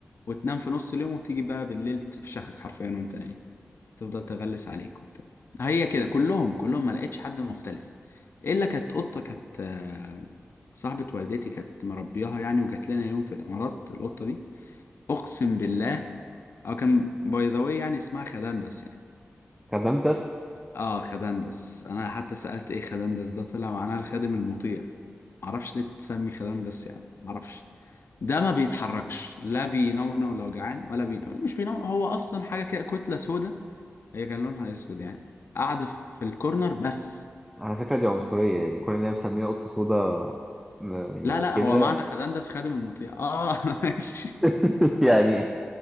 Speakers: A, on the left; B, in the centre.
A: وتنام في نص اليوم وتيجي بقى بالليل تفشخك حرفيا وانت نايم تفضل تغلس عليك وبتاع هي كده كلهم كلهم ما لقيتش حد مختلف الا كانت قطة كانت آه، صاحبة والدتي كانت مربياها يعني وجات لنا يوم في الامارات القطة دي اقسم بالله اه كان باي ذا واي يعني اسمها خدندس يعني
B: كدمتس
A: اه خدندس انا حتى سألت ايه خدندس ده طلع معناها الخادم المطيع معرفش ليه تسمي خدندس يعني معرفش ده ما بيتحركش لا بينونو لو جعان ولا بينونو مش بينونو هو اصلا حاجه كده كتله سودا هي كان لونها اسود يعني قاعده في الكورنر بس
B: على فكره دي عنصريه يعني كون ان هي مسميه قطه سودا يعني
A: لا لا
B: كده
A: هو معنى خدندس خادم المطيع اه <laughs> ماشي
B: <laughs> يعني